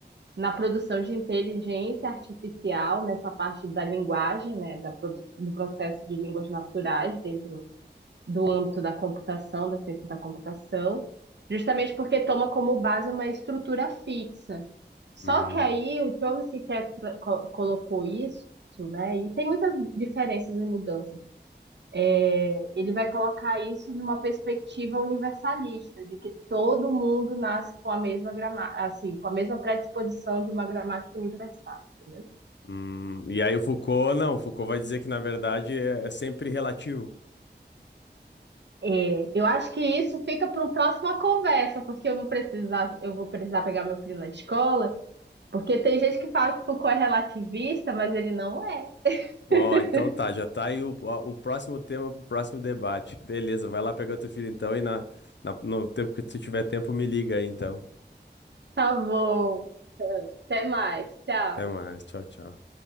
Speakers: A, on the right; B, on the left.
A: na produção de inteligência artificial, nessa parte da linguagem, né, da, do processo de línguas naturais dentro do âmbito da computação, da ciência da computação, justamente porque toma como base uma estrutura fixa. Só
B: Hum,
A: que aí o Chomsky quer, tra- co- colocou isso, né? E tem muitas diferenças e mudanças. É, ele vai colocar isso numa perspectiva universalista, de que todo mundo nasce com a mesma grama, assim, com a mesma predisposição de uma gramática universal, entendeu?
B: hum. E aí o Foucault, não, o Foucault vai dizer que, na verdade, é, é sempre relativo.
A: É, eu acho que isso fica para uma próxima conversa, porque eu vou precisar, eu vou precisar pegar meu filho na escola. Porque tem gente que fala que Foucault é relativista, mas ele não é.
B: Ó,
A: <laughs>
B: então tá, já tá aí o, o próximo tema pro próximo debate. Beleza, vai lá pegar teu filho então e na, na- no tempo que tu tiver tempo, me liga aí então.
A: Tá bom. Até mais. Tchau.
B: Até mais, tchau, tchau.